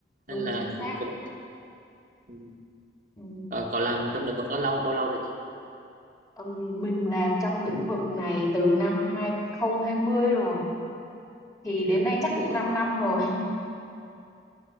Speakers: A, on the left; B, on the right.
A: đúng
B: nên là
A: chính xác
B: cũng cũng ừ.
A: ừ.
B: Ờ, cậu làm trong lĩnh vực đó lâu bao lâu rồi nhỉ
A: Ừm, mình làm trong lĩnh vực này từ năm 2020 rồi thì đến
B: Còn
A: nay
B: hai
A: chắc
B: mươi.
A: cũng 5 năm rồi